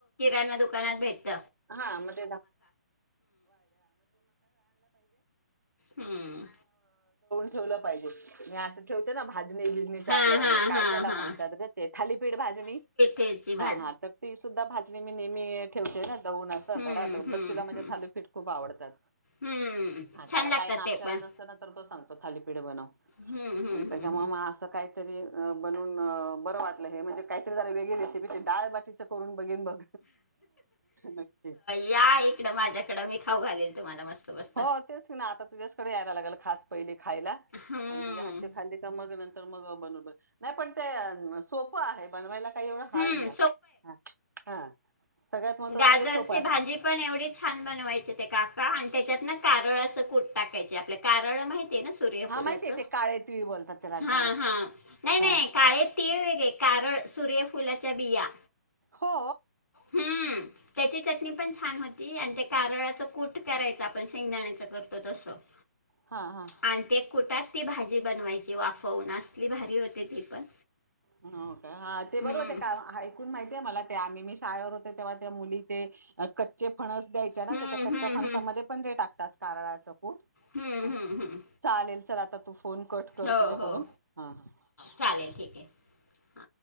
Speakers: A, on the left; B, on the right.
A: ह्यांना दुकानात भेटत.
B: हा <unintelligible> <unintelligible>
A: हम्म
B: ठेवलं पाहिजे. मी अस ठेवते ना भाजणी भिजणीच
A: हां
B: आपलं
A: हां
B: हे काय
A: हां
B: त्याला
A: हां
B: म्हणतात ग ते थालीपीठ भाजणी.
A: मिरची भात
B: हा हा तर ती सुद्धा भाजणी मी नेहमी ठेवते ना. जाऊन असं
A: हम्म
B: घरात
A: हम्म
B: बच्चूला म्हणजे
A: हम्म
B: थालीपीठ खूप आवडतात.
A: हम्म
B: हा
A: छान
B: त्याला
A: लागतात
B: काही नाष्टला
A: ते पण
B: न तो सांगतो थालीपीठ बनव
A: हम्म हम्म
B: त्याच्यामुळ
A: हम्म हम्म
B: मला अस. काहीतरी बनून बरं वाटलं हे म्हणजे काहीतरी जरा वेगळी रेसिपी डाळबाटीच करून बघेन बघ. नक्की
A: या इकडं माझ्याकडं मी खाऊ घालेल तुम्हाला मस्त मस्त
B: हो आता तुझ्याकडेच यायला लागलेलो खास पहीले खायला
A: हम्म
B: तुझ्या हात खा मग नंतर मग बन नाही पण ते सो सोप आहे बनवायला काही एवढं हार्ड
A: हम्म
B: नाही ह हा सगळ्यात महत्वाचं
A: गाजरचे
B: म्हणजे सोपं आहे
A: भाजीत पण एवढे छान बनवायचे ते काका आणि त्याच्यात ना कारळाचं कूट टाकायचे आपलं कारळ माहती ना सुर्यफुलाच
B: हा माहिती आहे ते काळे तिळी बोलतात त्याला आमच्याकडे
A: हा हा नाही नाही
B: हा
A: काळे तीळ वेगळे कारळ सूर्यफुलाच्या बिया
B: हो
A: हम त्याची चटणी पण छान होती आणि ते कारळाच कूठ करायच आपण शेंगदाण्याच करतो तसं <inaudible>
B: हा हा
A: आणि ते कुठात ती भाजी बनवायची वाफवून असली भारी होते ती पण
B: हो का हा ते
A: हम्म
B: बरोबर ते का? माहितीय मला ते आम्ही मी शाळेवर होतो तेव्हा ते मुली ते कच्चे फणस द्याय. त्या
A: हम्म
B: कच्च्या
A: हम्म
B: फणसामध्ये
A: हम्म
B: पण जे टाकात कारळाचं पूत
A: हम्म
B: हा
A: हम्म हम्म
B: चालेल चल आता तू फोन कट कर
A: हो
B: तुझ्याकडून
A: हो
B: हा ह
A: चालेल ठीक आहे. हां